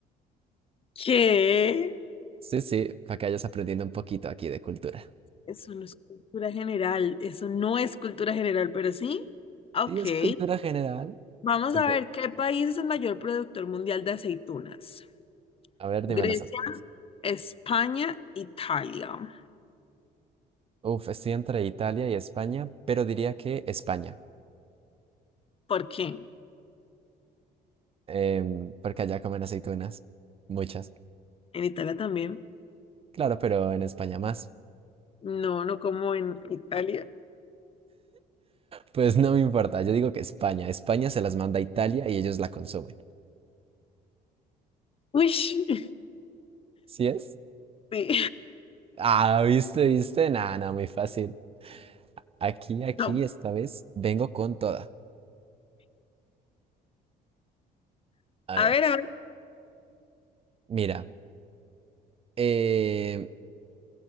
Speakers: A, on the left (about 35°); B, on the right (about 35°).
A: ¿Qué?
B: Sí, sí, para que vayas aprendiendo un poquito aquí de cultura.
A: Eso no es cultura general. Eso no es cultura general, pero sí. Ok.
B: Sí, es cultura general.
A: Vamos
B: Se
A: a
B: puede-
A: ver qué país es el mayor productor mundial de aceitunas.
B: A ver, dime
A: Grecia,
B: las otras.
A: España, Italia.
B: Uf, estoy entre Italia y España, pero diría que España,
A: ¿Por qué?
B: em, porque allá comen aceitunas, muchas.
A: En Italia también.
B: Claro, pero en España más.
A: No, no como en Italia.
B: Pues no me importa, yo digo que España. España se las manda a Italia y ellos la consumen.
A: Uy, <laughs>
B: ¿Sí es?
A: sí.
B: Ah, viste, viste. Nada, nada, muy fácil. Aquí, aquí,
A: No.
B: esta vez vengo con toda. A
A: A
B: ver,
A: ver, a ver.
B: mira. em,